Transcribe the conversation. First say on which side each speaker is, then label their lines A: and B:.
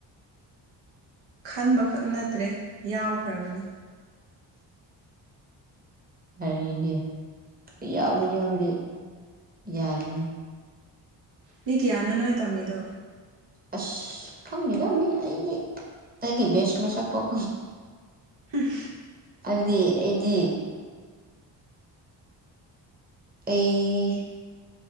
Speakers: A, on the right; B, on the right.
A: ꯈꯟꯕꯈꯛ ꯅꯠꯇ꯭ꯔꯦ ꯌꯥꯎꯈ꯭ꯔꯕꯅꯦ
B: ꯑ ꯍꯥꯏꯔꯤꯅꯦ ꯌꯥꯎꯋ ꯌꯥꯎꯔꯦ ꯌꯥꯔꯅꯤ
A: ꯃꯤ ꯀ꯭ꯌꯥꯅꯣ ꯅꯣꯏ ꯇꯝꯃꯤꯗꯣ
B: ꯑꯁ ꯈꯪꯅꯤꯒ ꯃꯤ ꯑꯩꯒꯤ ꯑꯩꯒꯤ ꯕꯦꯁ ꯃꯁꯥꯛ ꯄꯥꯎ
A: <inaudible>
B: ꯍꯥꯏꯕꯗꯤ ꯑꯩꯗꯤ ꯑꯩ